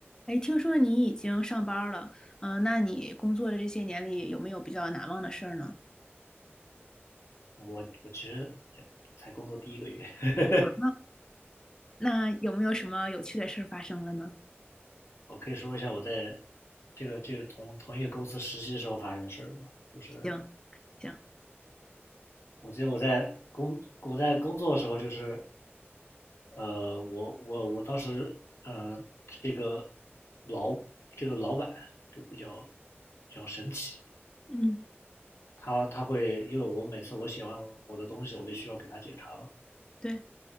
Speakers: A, on the left (about 15°); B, on the left (about 85°).
A: 哎，听说你已经上班儿了，嗯、那你工作的这些年里有没有比较难忘的事儿呢？
B: 我我其实也才工作第一个月，<laughs>
A: 啊，那有没有什么有趣的事儿发生了呢？
B: 我可以说一下我在这个这个同同一个公司实习的时候发生的事儿吧。就是
A: 行，行，
B: 我记得我在工我在工作的时候，就是呃，我我我当时嗯，这个老这个老板就比较比较神奇，
A: 嗯，
B: 他他会因为我每次我写完我的东西，我就需要给他检查嘛，
A: 对，